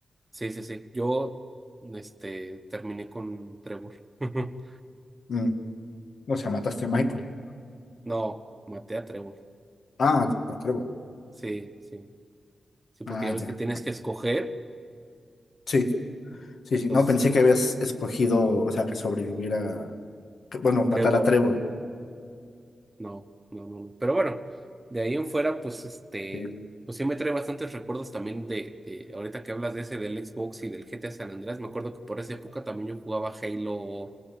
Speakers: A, on the right (about 20°); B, on the left (about 80°).
A: Sí, sí, sí. Yo, este, terminé con Trevor. <laughs>
B: Mm. O sea, mataste a Michael.
A: No, maté a Trevor.
B: Ah, a Trevor.
A: Sí, sí. Sí, porque
B: Ah,
A: ya ves
B: ya.
A: que tienes que escoger.
B: Sí, sí, sí.
A: Entonces,
B: No, pensé que habías escogido, o sea, que sobreviviera, que, bueno, matar
A: Trevor.
B: a Trevor.
A: No, no, no, no. Pero bueno, de ahí en fuera, pues este,
B: Sí.
A: pues sí me trae bastantes recuerdos también de, de ahorita que hablas de ese del Xbox y del GTA San Andreas. Me acuerdo que por esa época también yo jugaba Halo